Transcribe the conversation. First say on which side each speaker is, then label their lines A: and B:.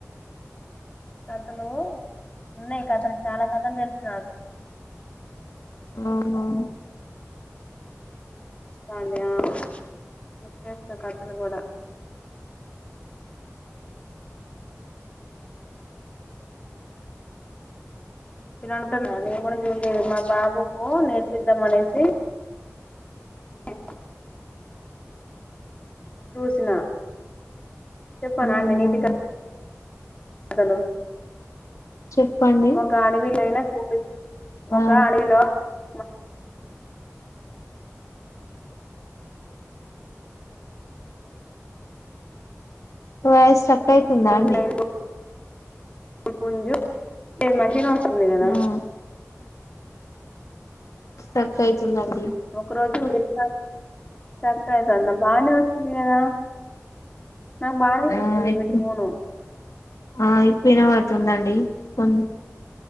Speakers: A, on the left; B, on the left.
A: కథలు ఉన్నాయి కథలు చాలా కథలు తెలుసు నా
B: అవున
A: రాండి ఆ చెప్పేస్తా కథలు కూడా నేను అనుకున్నా నేను కూడా జూనియర్ బాబుకో నేర్పిద్దాం అనేసి ఓ ట్యూషన చెప్పనా
B: అవునవును
A: న నీది కా హలో
B: చెప్పండి
A: ఒక అడవిలో అయినా కో ఒక
B: ఆ
A: అడవిలో న
B: వాయిస్ సర్ప్రైజ్ ఉందా
A: స్నేహితులైన
B: అండి
A: పుంజు నేను మనిషి అక్క వుంది గాదా
B: ఆ స్ట్రక్ అయితుందండి
A: ఒక రోజు <unintelligible> కట్ అయితంది బాగానే వస్తుంది కదా నాకు బాగానే
B: ఆ
A: వస్తుంది
B: ఇప్పుడు
A: మీ ఫోను
B: ఆ ఇప్పు వినబడుతుందండి ఫోన్